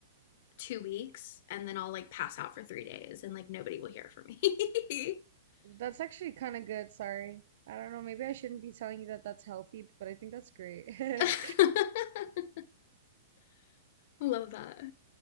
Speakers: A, on the left (about 55°); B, on the right (about 60°).
A: two weeks, and then I'll like pass out for three days, and like nobody will hear from me.
B: That's actually kind of good, sorry. I don't know, maybe I shouldn't be telling you that that's healthy, but I think that's great. <laughs>
A: <laughs> Love that.